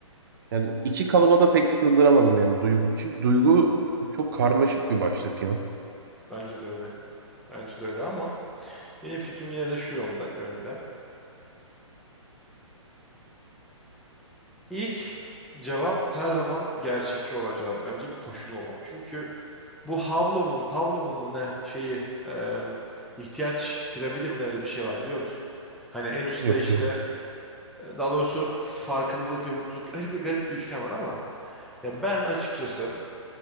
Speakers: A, on the right (about 40°); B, in the centre.
A: Yani iki kalıba da pek sığdıramadım yani duygu. Çünkü duygu çok karmaşık bir başlık ya.
B: Bence de öyle. Bence de öyle ama benim fikrim yine de şu yönde, yönde. İlk cevap her zaman gerçekçi olan cevap bence bir koşul olmalı. Çünkü bu Havlov'un, Pavlov'un mu ne şeyi e, ihtiyaç piramidi mi ne öyle bir şey var biliyor musun? Hani en üstte
A: Yok
B: işte
A: duygu.
B: e, daha doğrusu farkındalık ve mutluluk öyle bir garip bir üçgen var ama ya ben açıkçası